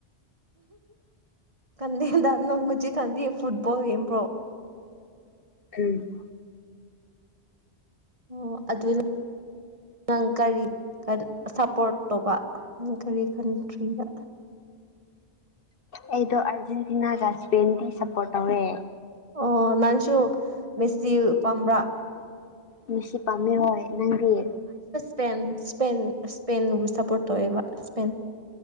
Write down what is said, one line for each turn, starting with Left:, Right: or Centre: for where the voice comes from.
Right: ꯀꯗꯗꯅ ꯃꯉꯨꯖꯤ ꯀꯗ ꯐꯨꯠꯕꯣꯜ ꯀꯝꯕ꯭ꯔꯣ
Left: ꯎꯝ
Right: ꯑꯣ ꯑꯗꯨꯗ ꯅꯪ ꯀꯔꯤ ꯁꯄꯣꯔꯠ ꯇꯧꯕ ꯅꯪ ꯀꯔꯤ ꯀꯟꯇ꯭ꯔꯤꯗ
Left: ꯑꯩꯗꯣ ꯑꯥꯔꯖꯦꯟꯇꯤꯅꯥ ꯔꯖꯄꯦꯟꯗꯤ ꯁꯞꯄꯣꯔꯠ ꯇꯧꯔꯦ
Right: ꯑꯣ ꯅꯟꯁꯨ ꯃꯦꯁꯇꯤ ꯄꯝꯕ꯭ꯔꯥ
Left: ꯃꯁꯤꯁꯤ ꯄꯥꯝꯃꯦ ꯍꯣꯏ ꯅꯪꯗꯤꯌꯦ
Right: ꯏꯁꯄꯦꯟ ꯁꯄꯦꯟ ꯁꯄꯦꯟꯕꯨ ꯁꯄꯣꯔꯠ ꯇꯧꯋꯦꯕ ꯁꯄꯦꯟ